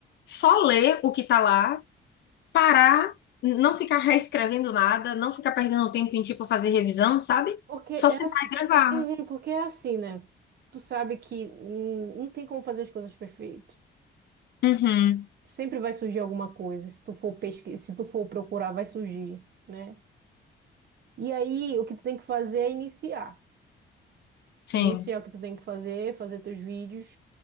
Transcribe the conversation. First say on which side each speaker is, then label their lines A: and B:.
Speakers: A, on the left (about 60°); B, on the right (about 55°).
A: só ler o que tá lá, parar, n- não ficar reescrevendo nada, não ficar perdendo tempo em, tipo, fazer revisão, sabe?
B: Porque
A: Só
B: é
A: sentar
B: assim,
A: e gravar.
B: Uhum, porque é assim, né? Tu sabe que hum, não tem como fazer as coisas perfeito.
A: Uhum,
B: Sempre vai surgir alguma coisa. Se tu for pesquisar, se tu for procurar, vai surgir, né? E aí, o que tu tem que fazer é iniciar.
A: sim.
B: Esse é o que tu tem que fazer, fazer teus vídeos.